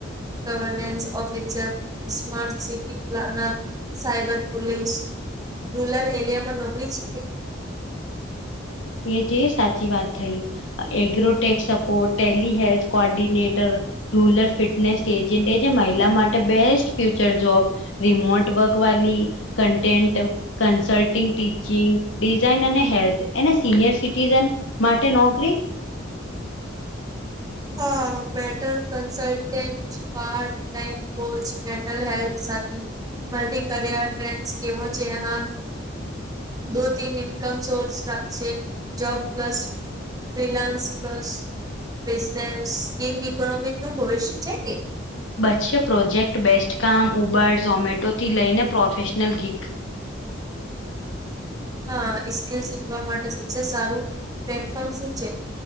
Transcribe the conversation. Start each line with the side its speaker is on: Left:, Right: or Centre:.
Right: Governance officer smart city planner cyber police rural area માં નોકરી છે.
Left: એ જે સાચી વાત થઈ agrotech support tele health coordinator rural fitness agent એ જે મહિલા માટે best future job remote work વાલી. કન્ટેન્ટ કન્સલ્ટિંગ ટીચિંગ ડિઝાઇન અને હેલ્થ એને સિનિયર સિટીિઝન માટે નોકરી.
Right: હા બેટર કલન્ટ પાર કો મેન્ટલ હેલ્થ સાથી. મી કરયર ટ્રેન્ડ કેવો છે હા. દ તન ઇનકમ સોર્સ રાખશે જબસ ફિલાન્સ પ્લસ. બિઝનેસ ગેંગ ઇકોનોમી ન ભવિષ્ય છે કે.
Left: બચ્ચે પ્રોજેક્ટ બેસ્ટકામ ઉબર ઝોમેટોથી લઈને પ્રોફેશનલ ગીગ.
Right: હા એ સ્કીલ શીખવા માટે સબસે સારું પ્લેટફોર્મ શું છે.